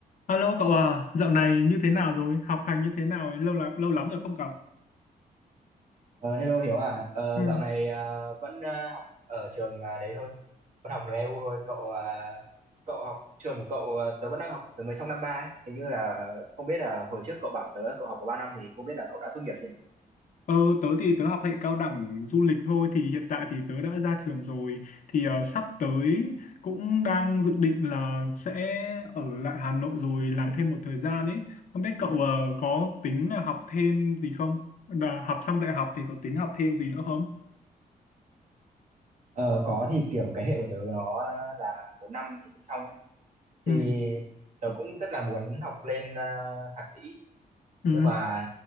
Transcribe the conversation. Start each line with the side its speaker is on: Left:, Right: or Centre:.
Left: Alo cậu à, dạo này như thế nào rồi? Học hành như thế nào? ấy? Lâu lắm, lâu lắm rồi không gặp.
Right: Ờ, hello Hiếu à, Ờ,
Left: Ừ.
Right: dạo này à, vẫn à, học ở trường à, đấy thôi, vẫn học NEU thôi. Cậu à, cậu học trường của cậu à, tớ vẫn đang học tớ mới xong năm ba ấy. Hình như là không biết là hồi trước cậu bảo tớ cậu học có 3 năm thì không biết là cậu đã tốt nghiệp chưa nhỉ?
Left: Ờ, tớ thì tớ học hệ cao đẳng du lịch thôi thì hiện tại thì tớ đã ra trường rồi thì ờ, sắp tới cũng đang dự định là sẽ ở lại Hà Nội rồi làm thêm một thời gian ấy. Không biết cậu ờ, có tính là học thêm gì không? Là học xong đại học thì có tính học thêm gì nữa không?
Right: Ờ, có thì kiểu cái hệ của tớ nó là 4 năm thì mới xong ấy. Thì
Left: Ừ.
Right: tớ cũng rất là muốn học lên à, thạc sĩ
Left: Ừ.
Right: nhưng mà